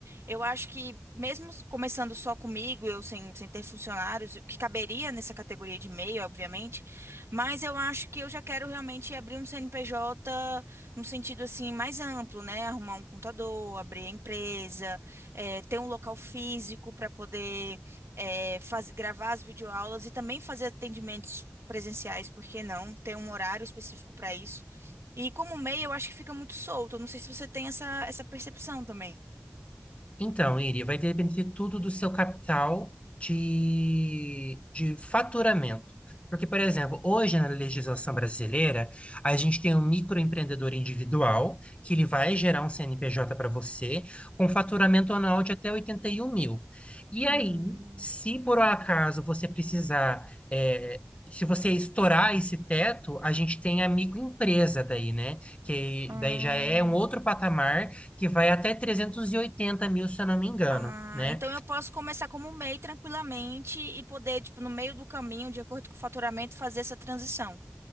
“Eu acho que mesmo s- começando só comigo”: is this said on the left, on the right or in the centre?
Right